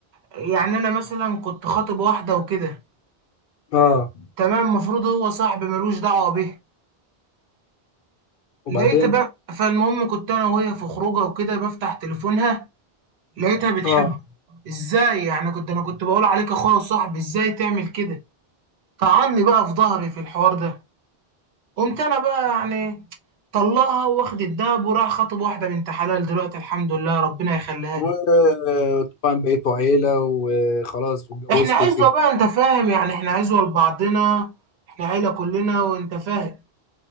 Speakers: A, on the right; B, on the left.
A: يعني انا مثلا كنت خاطب واحده وكده
B: اه
A: تمام المفروض هو صاحبي ملوش دعوه بيها
B: وبعدين
A: لقيت بقى فالمهم كنت انا وهي في خروجه وكده بفتح تليفونها لقيتها بتحبه
B: اه
A: ازاي يعني كنت انا كنت بقول عليك اخويا وصاحبي ازاي تعمل كده طعني بقى في ظهري في الحوار ده قمت انا بقى يعني طلعها واخد الدهب وراح خاطب واحده بنت حلال دلوقتي الحمد لله ربنا يخليها
B: وطبعا
A: لي
B: بقيتوا عيلة وخلاص واتجوزت
A: احنا عزوة
B: وكده
A: بقى انت فاهم يعني احنا عزوة لبعضنا احنا عيلة كلنا وانت فاهم